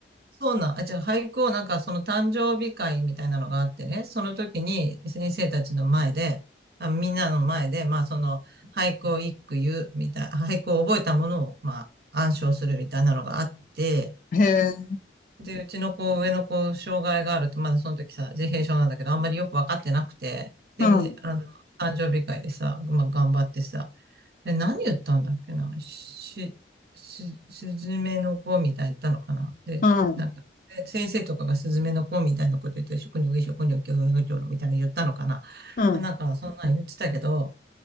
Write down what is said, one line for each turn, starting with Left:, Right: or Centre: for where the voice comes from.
Right: そうなん、あ、違う、俳句をなんかその誕生日会みたいなのがあってね、その時に先生たちの前で、あ、みんなの前で、まあその俳句を一句言うみたい、俳句を覚えたものをまあ暗唱するみたいなのがあって、
Left: へえ。
Right: で、うちの子、上の子、障害があるって、まだその時さ、自閉症なんだけど、あんまりよくわかってなくて、で、
Left: うん、
Right: あの、誕生日会でさ、まあ頑張ってさ、え、何言ったんだっけなし、し、すずめの子みたいに言ったのかなで、
Left: うん、
Right: なんか、で先生とかがすずめの子みたいなこと言って、食においにょきょ、食にょみたいなの言ったのかな
Left: うん、
Right: まあなんか、そんなん言ってたけど、